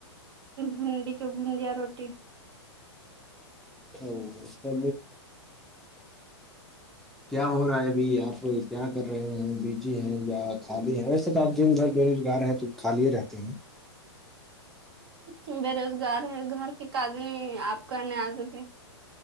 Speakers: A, on the right; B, in the centre.
A: بھنڈی کے بھجیا روٹی
B: او اسب کیا ہو رہا ہے ابھی آپ کیا کر رہے ہیں بیجی ہے یا خالی ہے ویسے تو آپ دن بھر بے روزگار ہے تو کالیے رہتے ہیں
A: ہ بے روزگار ہے گھر کے قدمی آپ کرنے آتے تھے